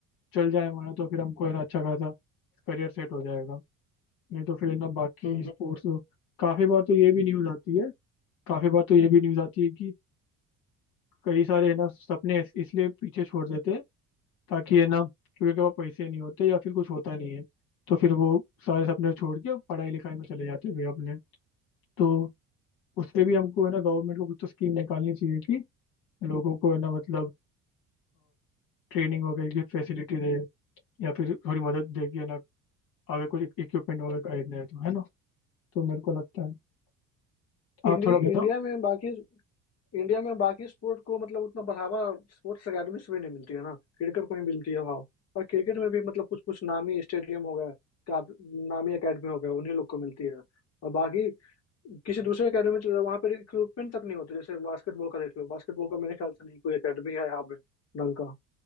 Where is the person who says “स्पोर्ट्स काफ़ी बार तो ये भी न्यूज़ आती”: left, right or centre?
Left